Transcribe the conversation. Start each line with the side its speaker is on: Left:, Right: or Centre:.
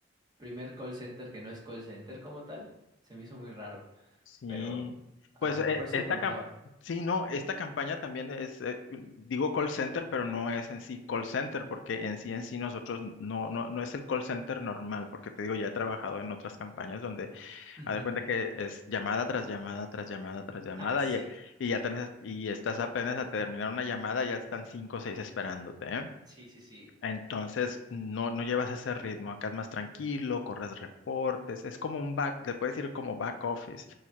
Right: primer call center que no es call center como tal. Se me hizo muy raro,
Left: sí.
Right: pero... Ajá,
Left: Pues eh,
Right: por eso
Left: esta
Right: te preguntaba.
Left: cam- sí, no, esta campaña también es, eh, digo call center, pero no es en sí call center, porque en sí en sí nosotros no, no, no es el call center normal, porque te digo, ya he trabajado en otras campañas donde
Right: Ujú.
Left: Haz de cuenta que es llamada tras llamada tras llamada tras llamada
Right: <laughs> Ah, sí.
Left: y, y ya tenés, y estás apenas a terminar una llamada, ya están cinco o seis esperándote, ¿eh?
Right: Sí, sí, sí.
Left: Entonces no, no llevas ese ritmo, acá es más tranquilo, corres reportes, es como un back, le puedes decir como back office,